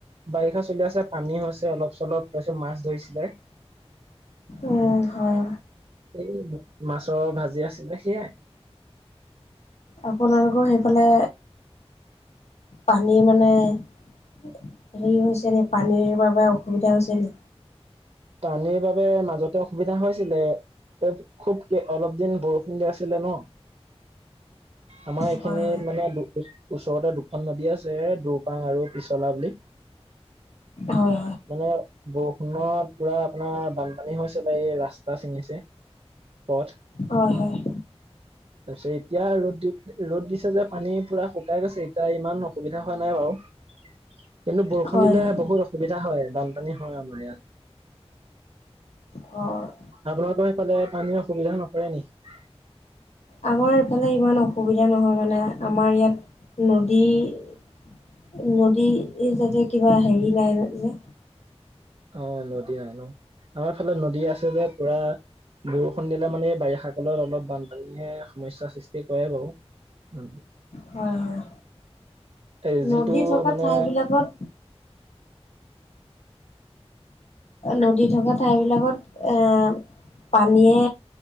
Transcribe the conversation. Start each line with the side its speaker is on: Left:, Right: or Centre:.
Right: বাৰিষা চলি আছে পানী হৈছে অলপ চলপ তাৰপিত মাছ ধৰিছিলে।
Left: উম হয়।
Right: এই মাছৰ ভাজি আছিলে সেয়াই।
Left: আপোনালোকৰ সেইফালে পানী মানে। হেৰি হৈছে নে পানীৰ বাবে অসুবিধা হৈছে নে।
Right: পানীৰ বাবে মাজতে অসুবিধা হৈছিলে। খুব অলপ দিন বৰষুণ দি আছিলে ন। আমাৰ এইখিনিত
Left: হয়
Right: মানে দু ওচৰতে দুখন নদী আছে দু- পাং আৰু পিছলা বুলি
Left: হয়
Right: মানে বৰষুণত পুৰা আপোনাৰ বানপানী হৈছে বা এই ৰাস্তা ছিঙিছে পথ
Left: হয় হয়
Right: তাৰপিছত এতিয়া ৰ'দ দি ৰ'দ দিছে যে পানী পুৰা শুকাই গৈছে এতিয়া ইমান অসুবিধা হোৱা নাই বাৰু। <inaudible> কিন্তু বৰষুণ
Left: হয়
Right: দিলে
Left: হয়
Right: বহুত অসুবিধা হয়, বানপানী হয় আমাৰ ইয়াত।
Left: অঁ।
Right: আপোনাৰো সেইফালে পানীৰ অসুবিধা নকৰে নেকি?
Left: আমাৰ এইফালে ইমান অসুবিধা নহয় মানে আমাৰ ইয়াত নদী। নদী যাতে কিবা হেৰি নাই যে।
Right: অ' নদী নাই ন আমাৰ ফালে নদী আছে যে পুৰা। বৰষুণ দিলে মানে বাৰিষা কালত অলপ বানপানীয়ে সমস্যাৰ সৃষ্টি কৰে বাৰু। উম।
Left: হয় হয়।
Right: এই যিটো
Left: নদী থকা
Right: মানে।
Left: ঠাইবিলাকত নদী থকা ঠাই বিলাকত এ। পানীয়ে